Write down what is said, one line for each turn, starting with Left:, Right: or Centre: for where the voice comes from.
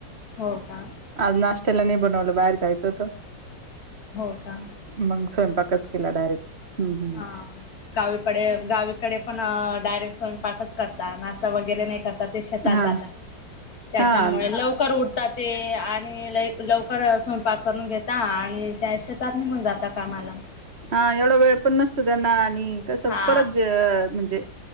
Left: हो का
Right: आज नाश्त्याला नाय बनवलं बाहेर जायचं होत.
Left: हो का
Right: मंग स्वयंपाकच केला डायरेक्ट. हम्म हम्म
Left: हा गावीकडे गावीकडे पण डायरेक्ट स्वयंपाकच करता. नाश्ता वगैरे नाय कर त ते शेतात
Right: हा
Left: जाता ना त्याच्यामुळे
Right: हा
Left: लवकर उठ ता ते आणि लई लवकर स्वयंपाक करून घेता आणि त्या शेतात निघून जाता कामाला.
Right: हा एवढा वेळ पण नसतो त्यांना आणि कसं
Left: हा
Right: परत जे अ म्हणजे